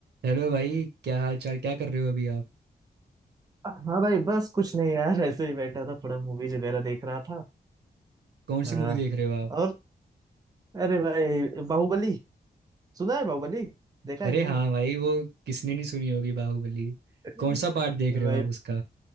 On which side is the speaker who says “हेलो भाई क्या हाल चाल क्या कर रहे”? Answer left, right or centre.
Right